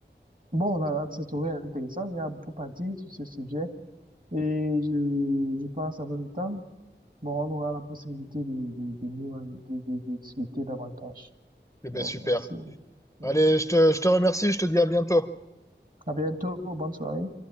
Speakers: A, on the right; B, on the left.
A: bon, là, là, c'est trouvé intéressant. Il y a beaucoup à dire sur ce sujet et je, je pense avec le temps. Bon, on aura la possibilité de, de, de, nous en- de, de- de discuter davantage.
B: Eh
A: Bon,
B: ben super.
A: merci.
B: Allez,
A: Euh,
B: je te, je te remercie, je te dis à bientôt.
A: À bientôt, bonne soirée.